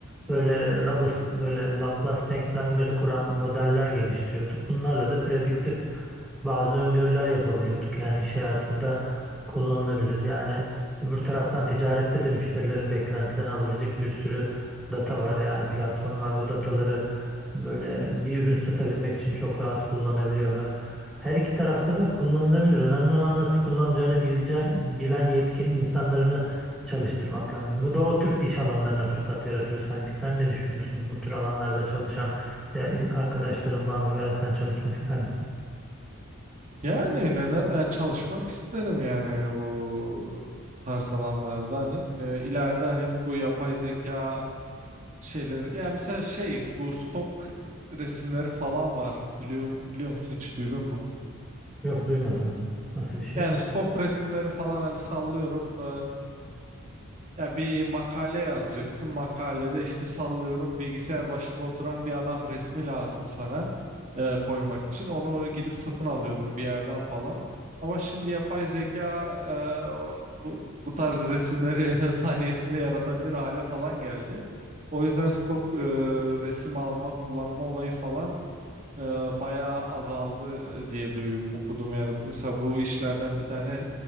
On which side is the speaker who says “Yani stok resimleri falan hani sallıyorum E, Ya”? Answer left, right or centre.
Right